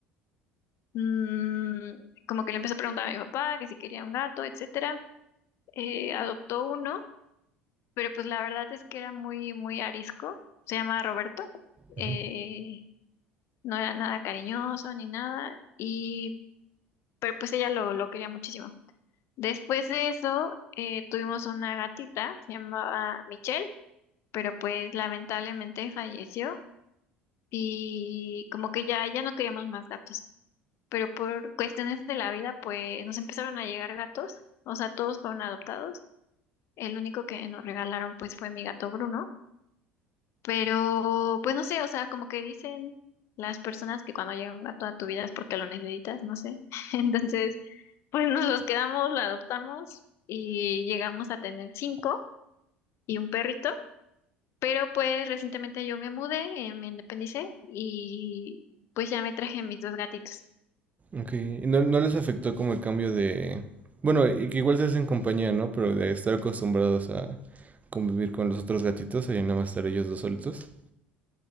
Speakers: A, on the left (about 50°); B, on the right (about 25°).
A: Mm, como que le empezó a preguntar a mi papá que si quería un gato, etcétera. Eh, adoptó uno, pero pues la verdad es que era muy, muy arisco, se llamaba Roberto,
B: Ujú.
A: Eh, no era nada cariñoso ni nada, y pero pues ella lo, lo quería muchísimo. Después de eso, eh, tuvimos una gatita, se llamaba Michelle, pero pues lamentablemente falleció y como que ya, ya no queríamos más gatos. Pero por cuestiones de la vida, pues nos empezaron a llegar gatos, o sea, todos fueron adoptados. El único que nos regalaron, pues, fue mi gato Bruno. Pero, pues no sé, o sea, como que dicen las personas que cuando llega un gato a tu vida es porque lo necesitas, no sé. <laughs> Entonces, pues nos los quedamos, lo adoptamos y llegamos a tener cinco y un perrito. Pero pues recientemente yo me mudé, eh, me independicé y pues ya me traje a mis dos gatitos.
B: Ok. ¿Y no, no les afectó como el cambio de... Bueno, y que igual se hacen compañía, ¿no? Pero de estar acostumbrados a convivir con los otros gatitos y nada más estar ellos dos solitos.